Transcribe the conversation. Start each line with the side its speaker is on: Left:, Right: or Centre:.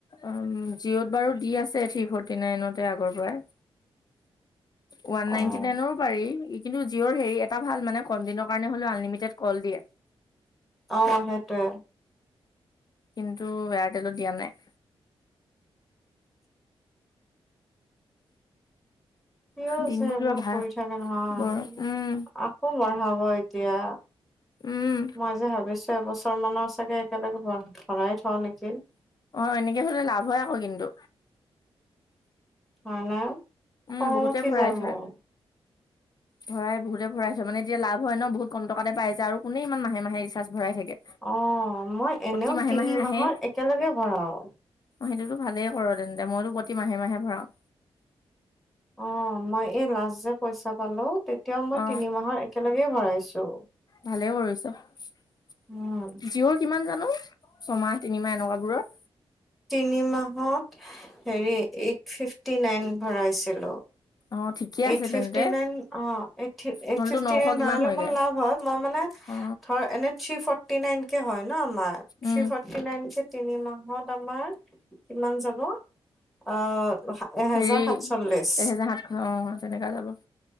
Left: অ', জিঅ'ত বাৰু দি আছে থ্ৰী ফৰ্টি নাইনতে আগৰ পৰাই। ওৱান
Centre: অ
Left: নাইনটি
Centre: অ
Left: নাইনৰো পাৰি। কিন্তু জিঅ'ৰ হেৰি এটা ভাল মানে কম দিনৰ কাৰণে হ'লেও আনলিমিটেড কল দিয়ে।
Centre: অ', হেটোৱে।
Left: কিন্তু এয়াৰটেলত দিয়া নাই।
Centre: সিয়ো আছে
Left: দিনবোৰ
Centre: এইবোৰ
Left: কিবা ভাল
Centre: কৰি থাকে নহয়।
Left: গৰ উম
Centre: আকৌ বঢ়াব এতিয়া।
Left: উম
Centre: মই যে ভাবিছো এবছৰ মানৰ চাগে একেলগে ভৰাই থওঁ নেকি।
Left: অ', এনেকে হ'লে লাভ হয় আকৌ কিন্তু।
Centre: হয় নে, খং
Left: উম বহুতে
Centre: উঠি
Left: ভৰাই
Centre: যায়
Left: থয়
Centre: মোৰ।
Left: ভৰাই বহুতে ভৰাই থয়। মানে এতিয়া লাভ হয় ন বহুত কম টকাতে পাই যায় আৰু কোনে ইমান মাহে মাহে ৰিচাৰ্জ ভৰাই থাকে।
Centre: অ', মই এনেও
Left: প্ৰতি মাহে
Centre: তিনি
Left: মাহে আহে
Centre: মাহৰ একেলগে ভৰাও।
Left: অ', সেইটোতো ভালেই কৰ তেন্তে। মইতো প্ৰতি মাহে-মাহে ভৰাও।
Centre: অ', মই এই লাষ্ট যে পইচা পালো, তেতিয়াও মই
Left: অ
Centre: তিনি মাহৰ একেলগে ভৰাইছো।
Left: ভালে কৰিছ।
Centre: উম
Left: জিঅ'ৰ কিমান জানো ছমাহ-তিনিমাহ এনেকুৱাবোৰৰ?
Centre: তিনি মাহত হেৰি এইট ফিফটি নাইন ভৰাইছিলো।
Left: অ'। ঠিকে
Centre: এইট
Left: আছে
Centre: ফিফটী
Left: তেন্তে
Centre: নাইন অ ', এইট থ্ৰী এইট
Left: নহ'লেতো
Centre: ফিফটি
Left: নশ
Centre: নাইন
Left: কিমান
Centre: ভৰালে
Left: হয়গে
Centre: মোৰ লাভ হয়। মই মানে
Left: অ
Centre: ধৰ এনে থ্ৰী ফৰ্টি নাইন কে হয় ন আমাৰ। থ্ৰী
Left: উম
Centre: ফৰ্টি নাইন কে তিনি মাহত আমাৰ কিমান যাব? অ' এহেজাৰ
Left: হেৰি,
Centre: সাতচল্লিশ।
Left: এহেজাৰ সাত অ' তেনেকুৱাই যাব।